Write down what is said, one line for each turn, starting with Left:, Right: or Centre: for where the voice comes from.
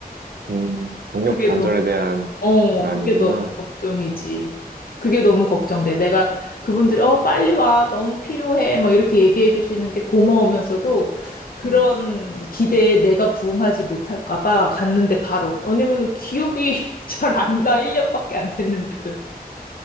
Right: 음, 경력
Left: 그게
Right: 단절에 대한
Left: 어,
Right: 불안이구나.
Left: 그게 너무 걱정이지.
Right: 음,
Left: 그게 너무 걱정돼. 내가 그분들이, 어, 빨리 와. 너무 필요해. 막 이렇게 얘기해 주시는 게 고마우면서도 그런
Right: 음.
Left: 기대에 내가 부응하지 못할까 봐 갔는데 바로. 왜냐면 기억이 <laughs> 잘 안 나. 1년밖에 안 됐는데도.